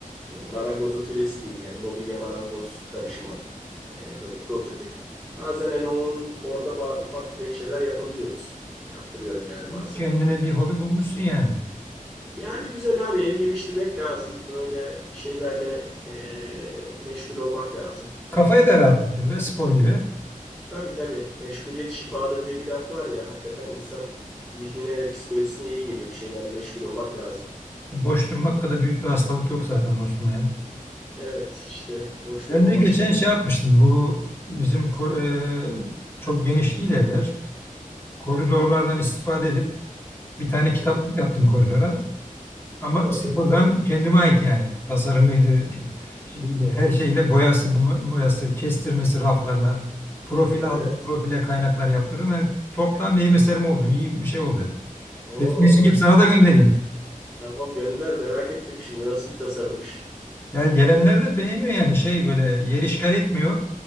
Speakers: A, in the centre; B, on the left (about 15°).
A: e, marangoz atölyesi diyeyim yani mobilya marangoz karışımı E, böyle prototip. Bazen hani onun orada ba- ufak tefek şeyler yapabiliyoruz. Yaptırıyorum yani
B: Hmm.
A: bazen.
B: Kendine bir hobi bulmuşsun yani.
A: Yani güzel abi ev geliştirmek lazım. Böyle bir şeylerle e, meşgul olmak lazım.
B: Kafayı da rahatlatıyor be spor gibi.
A: Tabii tabii. Meşguliyet şifadır diye bir laf var ya. Hakikaten insan zihnine ve psikolojisine iyi geliyor. Bir şeylerle meşgul olmak lazım.
B: Boş durmak kadar büyük bir hastalık yok zaten dostum ya.
A: Evet işte boş
B: Ben
A: durmamak
B: de geçen
A: için.
B: şey yapmıştım. Bu bizim kor- e, çok geniş değil evler. Koridorlardan istifade edip bir tane kitaplık
A: Hmm.
B: yaptım koridora. Ama
A: Oo
B: sıfırdan
A: çok güzel.
B: kendime ait yani. Tasarımıydı. <laughs> şeyiyle, her şeyiyle boyası, bu- boyası, kestirmesi raflarına. Profil
A: Evet.
B: aldım, profile kaynaklar yaptırdım. Yani toptan benim eserim oldu. İyi bir şey oldu.
A: Oo
B: Resmi çekip sana da göndereyim.
A: tamam gönder merak ettim şimdi nasıl bir tasarımmış.
B: Yani gelenler de beğeniyor yani şey böyle yer işgal etmiyor.